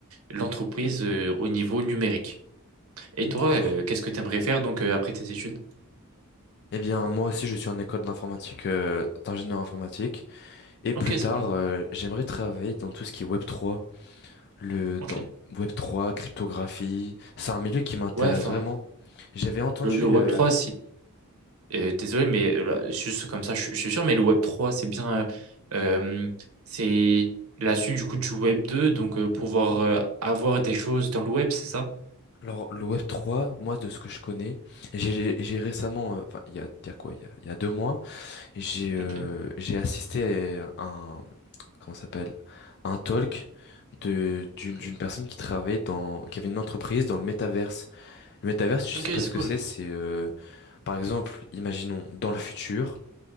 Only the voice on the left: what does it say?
Hmm,
D'accord.
Eh bien, moi aussi, je suis en école d'informatique, euh, d'ingénieur informatique. Et
plus tard,
euh, j'aimerais travailler dans tout ce qui est Web3. le
dans web trois cryptographie, c'est un milieu qui m'intéresse
vraiment. J'avais entendu
euh,
alors le web trois moi de ce que je connais, j'ai j'ai récemment euh, enfin il y a, il y a quoi il y a, il y a deux mois, j'ai euh,
j'ai assisté à un comment ça s'appelle un talk de d'une
d'une personne qui travaillait dans qui avait une entreprise dans le métaverse. Le métaverse, je
sais pas
ce que
c'est, c'est euh, par exemple, imaginons dans le futur